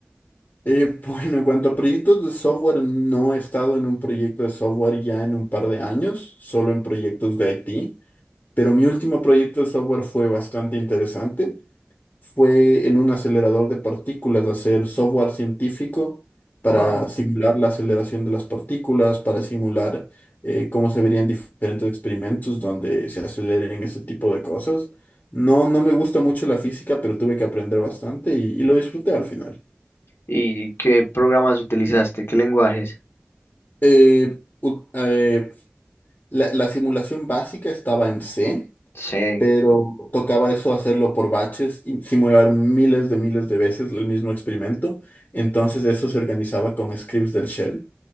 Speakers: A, on the left; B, on the left.
A: Eh, <laughs> bueno, en cuanto a proyectos de software, no he estado en un proyecto de software ya en un par de años, solo en proyectos de IT, pero mi último proyecto de software fue bastante interesante. fue en un acelerador de partículas hacer software científico para
B: Wow.
A: simular la aceleración de las partículas, para simular eh, cómo se verían diferentes experimentos donde se aceleren ese tipo de cosas. No, no me gusta mucho la física, pero tuve que aprender bastante y, y lo disfruté al final.
B: ¿Y qué programas utilizaste? ¿Qué lenguajes?
A: Eh, ut- eh, la, la simulación básica estaba en C.
B: Sí.
A: pero
B: u-
A: tocaba eso hacerlo por baches y simular miles de miles de veces el mismo experimento. Entonces eso se organizaba con scripts del shell.